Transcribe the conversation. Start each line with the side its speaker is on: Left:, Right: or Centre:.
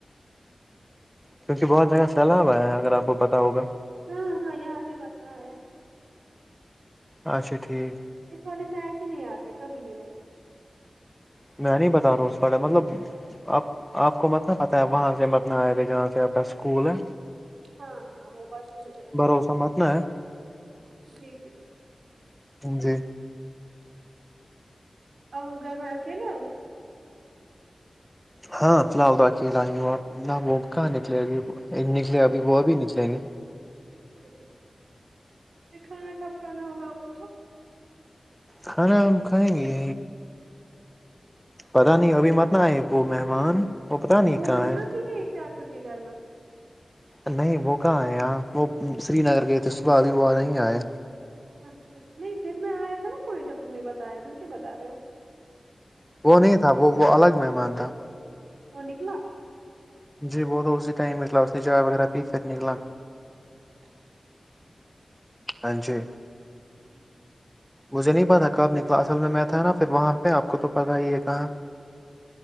Centre: کیونکہ بہت جگہ سیلاب آیا ہے اگر آپ کو پتا ہوگا
Right: ہاں ہاں یہاں سے مت نہ آیہ
Centre: اچھا ٹھیک
Right: اس والے سائڈ سے نہیں آتے کبھی بھی نہی
Centre: میں نہیں بتا رہا ہوں اس کا مطلب آپ آپ کو مت پتہ ہے وہاں سے متنا آ جہاں سے آپ کا اسکول ہے
Right: ہاں ہاں وہ بات ہے
Centre: بھروسہ مت نا ہے
Right: سیم ٹو یو
Centre: جی
Right: اپ گھر میں اکیلے ہو
Centre: ہاں فی الحال تو اکیلا ہی ہو آب نہ وہ کھانے کے لیے نکلے گے ابھی نکلے ابھی وہ ابھی نکلیں گے
Right: اچھا پھر کھانا کہا کھانا ہوگا آپ لوگوں کو
Centre: کھانا ہم کھائیں گے پتا نہیں ابھی مت نہ آئے پو وہ مہمان پتا نہیں
Right: وہ
Centre: کہاں
Right: متنہ
Centre: ہے
Right: بھی گئی چاچو کے گھر میں
Centre: نہیں وہ کہاں آئے یہاں وہ سری نگر گئے تھے صبح ابھی وہ نہیں آئے
Right: اچھا جی نہیں دن میں آیا تھا نا کوئی جب تم نے بتایا تم کیا بتا رہے ہو
Centre: وہ نہیں تھا وہ وہ الگ مہمان تھا
Right: وہ نکلا
Centre: جی بہت اسی ٹائم نکلا اس نے چائے وغیرہ پی پھر نکلا
Right: اچھا
Centre: ہاں جی
Right: <unintelligible>
Centre: مجھے نہیں پتا کب نکلا اصل میں میں تھا نا پھر وہاں پہ آپ کو تو پتاہ ہی ہے کہاں <inaudible>